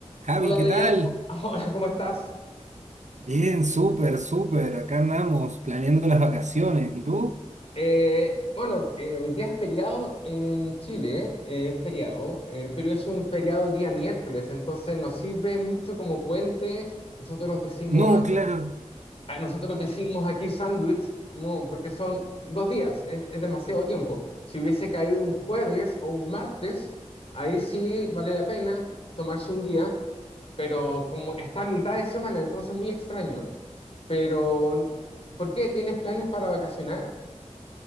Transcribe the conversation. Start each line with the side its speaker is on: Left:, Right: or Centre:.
Right: Javi,
Left: Hola
Right: ¿qué
Left: Adrián,
Right: tal?
Left: Co- <laughs> hola, ¿cómo estás?
Right: Bien, súper, súper. Acá andamos planeando las vacaciones. ¿Y tú?
Left: Eh, bueno, eh, hoy día es feriado en Chile, eh, es feriado, eh, pero es un feriado día miércoles, entonces nos sirve mucho como puente. Nosotros decimos,
Right: No,
Left: ac-
Right: claro.
Left: a- nosotros decimos aquí sándwich, no, porque son dos días, es, es demasiado tiempo. Si hubiese caído un jueves o un martes, ahí sí vale la pena tomarse un día, pero como está a mitad de semana, entonces muy extraño. Pero, ¿por qué? ¿Tienes planes para vacacionar?